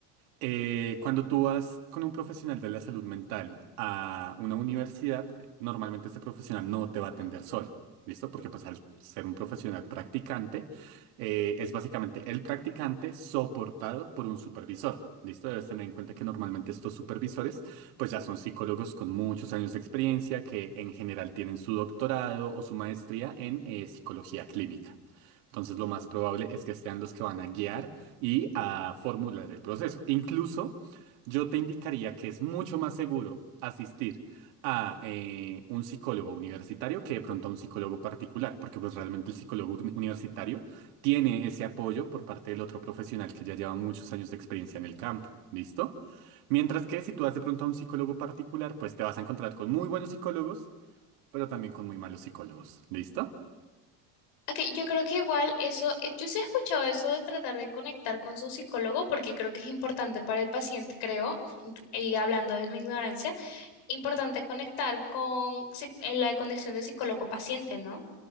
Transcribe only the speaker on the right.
Eh, cuando tú vas con un profesional de la salud mental a una universidad, eh, normalmente ese profesional no te va a atender solo, ¿listo? Porque pues al ser un profesional practicante, eh, es básicamente el practicante soportado por un supervisor, ¿listo? Debes tener en cuenta que normalmente estos supervisores pues ya son psicólogos con muchos años de experiencia que en general tienen su doctorado o su maestría en eh, psicología clínica. Entonces, lo más probable es que sean los que van a guiar y a formular el proceso. Incluso, yo te indicaría que es mucho más seguro asistir a eh, un psicólogo universitario que de pronto a un psicólogo particular, porque pues realmente el psicólogo uni- universitario tiene ese apoyo por parte del otro profesional que ya lleva muchos años de experiencia en el campo. ¿Listo? Mientras que si tú vas de pronto a un psicólogo particular, pues te vas a encontrar con muy buenos psicólogos, pero también con muy malos psicólogos. ¿Listo?